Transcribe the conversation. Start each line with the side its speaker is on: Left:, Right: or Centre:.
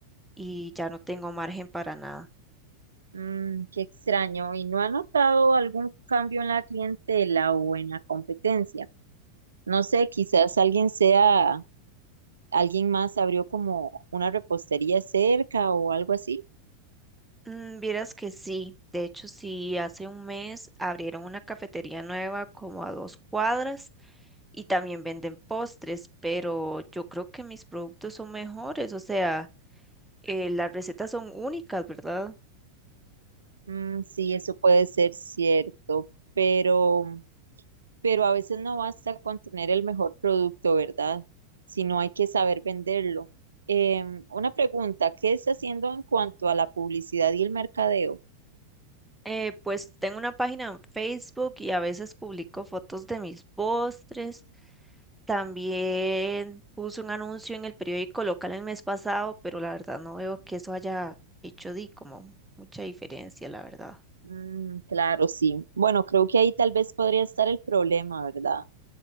Centre: y ya no tengo margen para nada.
Right: Mm, qué extraño. ¿Y no ha notado algún cambio en la clientela o en la competencia? No sé, quizás alguien sea, alguien más abrió como una repostería cerca o algo así.
Centre: Mm, vieras que sí, de hecho sí, hace un mes abrieron una cafetería nueva como a dos cuadras y también venden postres, pero yo creo que mis productos son mejores, o sea, eh, las recetas son únicas, ¿verdad?
Right: Mm, sí, eso puede ser cierto, pero, pero a veces no basta con tener el mejor producto, ¿verdad? Sino hay que saber venderlo. Em, una pregunta, ¿qué está haciendo en cuanto a la publicidad y el mercadeo?
Centre: Eh, pues tengo una página en Facebook y a veces publico fotos de mis postres. También puse un anuncio en el periódico local el mes pasado, pero la verdad no veo que eso haya hecho di como mucha diferencia, la verdad.
Right: Mm, claro, sí. Bueno, creo que ahí tal vez podría estar el problema, ¿verdad?